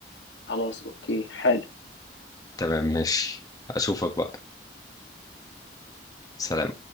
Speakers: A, on the left; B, on the left.
A: خلاص أوكي حلو
B: تمام ماشي اشوفك بقى سلام